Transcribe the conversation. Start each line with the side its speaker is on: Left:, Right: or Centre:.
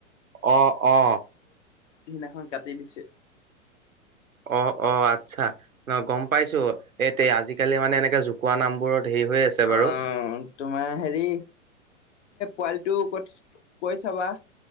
Right: অ', অ'।
Left: সুনাসুন কাটি দিছে।
Right: অ', অ' আচ্ছা ন' গম পাইছো এ আজিকালি মানে এনেকে জকুৱোৱা নামবোৰত হেৰি হৈ আছে বাৰু
Left: অ', তোমাৰ হেৰি পোৱালিটো ক'ত কৈ চাবা।